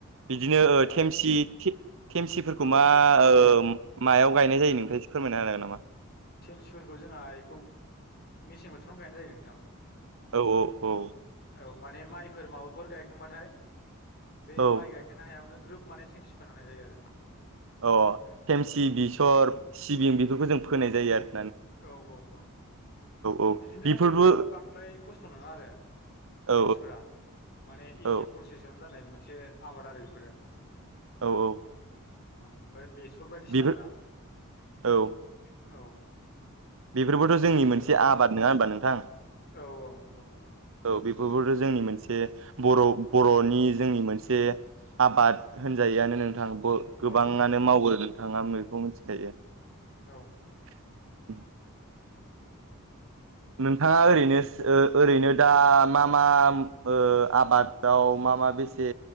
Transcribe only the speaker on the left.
औ
माने
औ
औ
थेमसिफोरखौ जोंहा बेखौ मेसें बोथोरावनो गायनाय जायो नोंथां
औ माने माइफोर माबाफोर गायखांबाथाय बे
माइ गायखांनो हायावनो ग्रोब माने थेमसि फोनानाय जायो आरो
औ औ औ
बिदिनो
बेबो बांद्राय खस्थ' नङा आरो थेमसिफोरा
माने इजि
प्रसेसावनो जानाय मोनसे आबाद आरो बेफोरो
औ ओमफ्राय बेसर बायदिसिनाफ्रा
<inaudible>
औ।
जेनेबा
औ औ
नंगौ
औ
औ।